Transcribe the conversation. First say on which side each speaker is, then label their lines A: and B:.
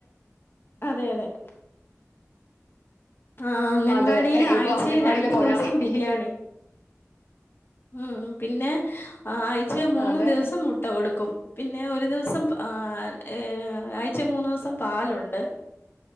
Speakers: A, on the left; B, on the left.
A: അതെ അതെ <unintelligible> ആ അംഗൻവാടീല്
B: അതെ
A: ആഴ്ച
B: ഇപ്പൊ അംഗൻവാടിയിലൊക്കെ
A: രണ്ടു
B: പോയാ
A: ദിവസം
B: മതി
A: ബിരിയാണി ഉം പിന്നെ ആ ആഴ്ച മൂന്ന്
B: അതെ
A: ദിവസം മുട്ട കൊടുക്കും പിന്നെ ഒരു ദിവസം ദിവസം ആ ഏ ആഴ്ച മൂന്ന് ദിവസം പാലുണ്ട്